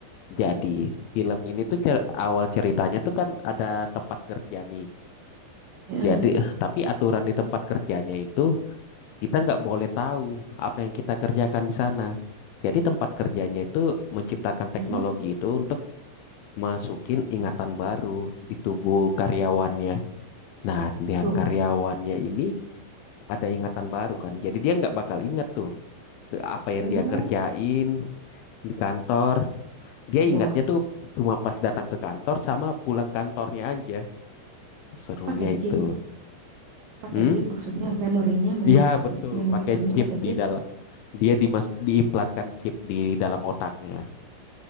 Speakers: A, on the left; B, on the right.
A: Jadi film ini tuh cer- awal ceritanya tuh kan ada tempat kerja nih.
B: Ya,
A: Jadi tapi aturan di tempat kerjanya itu kita nggak boleh tahu apa yang kita kerjakan di sana. Jadi tempat kerjanya itu menciptakan teknologi
B: mm.
A: itu untuk masukin ingatan baru di tubuh karyawannya. Nah, yang
B: Tuh,
A: karyawannya ini ada ingatan baru kan. Jadi dia nggak bakal ingat tuh apa yang
B: uh,
A: dia kerjain di kantor. Dia
B: wah,
A: ingatnya tuh cuma pas datang ke kantor sama pulang kantornya aja. Serunya
B: pakai chip,
A: itu.
B: pakai
A: Hmm?
B: chip maksudnya memorinya, memori,
A: Ya, betul.
B: memori
A: Pakai
B: barunya
A: chip
B: pakai
A: di
B: chip.
A: dalam. Dia dimas diimplankan chip di dalam otaknya.